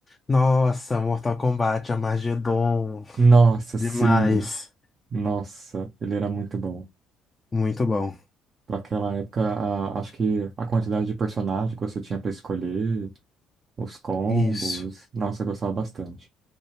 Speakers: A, on the left; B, on the right.
A: Nossa, Mortal Kombat, Armageddon.
B: Nossa,
A: Demais.
B: sim! Nossa, ele era muito bom.
A: Muito bom.
B: Para aquela época, a- acho que a quantidade de personagem que você tinha para escolher. Os combos.
A: Isso.
B: Nossa, eu gostava bastante.